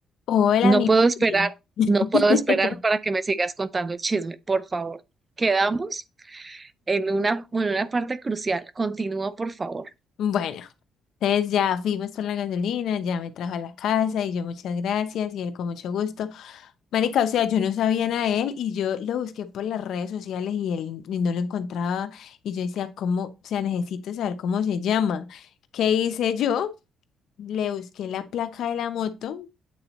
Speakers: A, on the left; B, on the right.
A: Hola,
B: No
A: mi
B: puedo esperar,
A: Juli. <laughs>
B: no puedo esperar para que me sigas contando el chisme, por favor. Quedamos en una, en una parte crucial. Continúa, por favor.
A: Bueno, entonces ya fuimos por la gasolina, ya me trajo a la casa y yo muchas gracias y él con mucho gusto. Marica, o sea, yo no sabía nada de él y yo lo busqué por las redes sociales y él y no lo encontraba y yo decía, ¿cómo? O sea, necesito saber cómo se llama. ¿Qué hice yo? Le busqué la placa de la moto